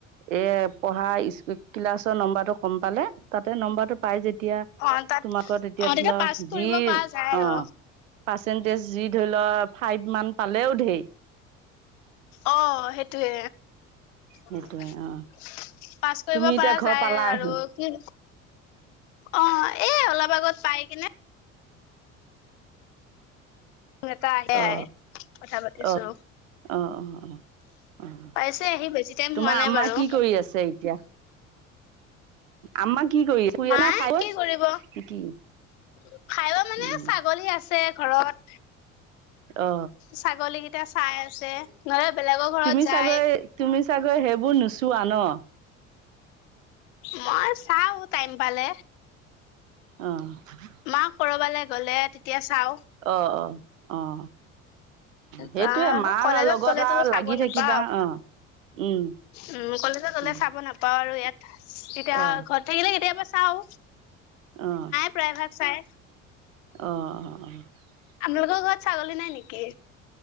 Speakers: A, on the right; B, on the left.
A: এ পঢ়া ইস্- ক্লাছৰ নম্বৰটো কম পালে, তাতে নম্বৰটো পায় যে তিয়া
B: অ তাত
A: তোমাকো তেতিয়া
B: অ
A: ধি ল,
B: পাছ কৰিব
A: যি-
B: পৰা যায়
A: অ'
B: আৰু
A: তেন্তে যি ধৰি ল, ফাইভমান পালেও ঢে
B: অ', সেইটোৱে।
A: সেইটোৱে
B: পাছ
A: অ
B: কৰিব
A: তুমি
B: পৰা
A: এতিয়া ঘৰ
B: যায়
A: পালাহি
B: আৰু কি অ' এ অলপ আগত পাই কেনে <unintelligible> এটা আহে।
A: অ
B: কথা পাতিছো
A: অ'। অ', অ', অ'। অ'
B: পাইছে আহি বেছি টাইম
A: তোমাৰ
B: হোৱা নাই
A: আম্মা
B: বাৰু
A: কি কৰি আছে এতিয়া? আম্মা কি কৰি শুই
B: মায়ে
A: আছে নে খাই বৈ
B: কি কৰিব?
A: কি
B: ফাইবা মানে
A: উম
B: ছাগলী আছে ঘৰত
A: অ
B: ছাগলী কেইটা চাই আছে, নহলে বেলেগৰ ঘৰত
A: তুমি
B: যায়।
A: চাগৈ তুমি চাগৈ সেইবোৰ নুচোৱা ন'?
B: মই চাওঁ টাইম পালে।
A: অ'।
B: মাক ক'ৰবালৈ গ'লে তেতিয়া চাওঁ।
A: অ', অ', অ'। সেইটোয়ে
B: বা
A: মা
B: কলেজত
A: লগত
B: গ'লেতো
A: আৰু
B: চাব
A: লাগি
B: নাপাও
A: থাকিবা, অ'। উম
B: উম, কলেজে হ'লে
A: উম
B: চাব নাপাওঁ আৰু ইয়াত। তেতিয়া,
A: অ
B: ঘৰত থাকিলে কেতিয়াবা চাওঁ।
A: অ'।
B: প্ৰায় ভাক চাই।
A: অ', অ', অ'।
B: আপোনালোকৰ ঘৰত ছাগলী নাই নেকি?